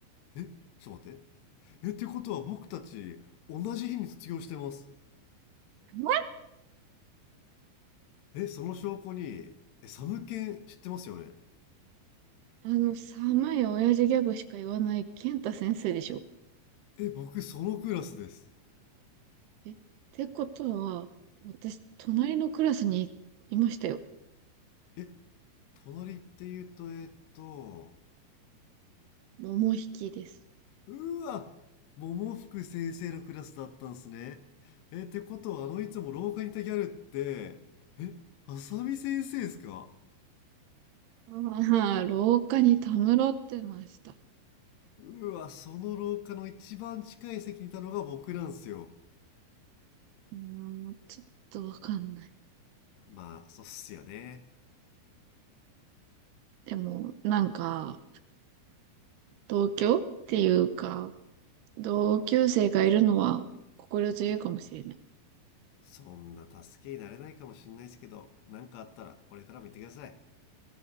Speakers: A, on the left; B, on the right.
A: え、ちょっと待って。え、ってことは僕たち、同じ日に卒業してます。
B: え
A: え、その証拠に、え、サムケン知ってますよね
B: あの、寒い親父ギャグしか言わない健太先生でしょ。
A: え、僕そのクラスです。
B: え、ってことは、私、隣のクラスにいましたよ。
A: え、隣って言うと、えっと、
B: 桃引きです。
A: うわ、桃福先生のクラスだったんすね。え、ってことは、あのいつも廊下にいたギャルって、え、あさみ先生ですか
B: ああ、廊下にたむろってました。
A: うわ、その廊下の一番近い席にいたのが僕なんですよ。
B: うーん、ちょっとわかんない。
A: まあ、そうっすよね。
B: でも、なんか、同居っていうか、同級生がいるのは心強いかもしれない。
A: そんな助けになれないかもしんないですけど、何かあったらこれからも言ってください。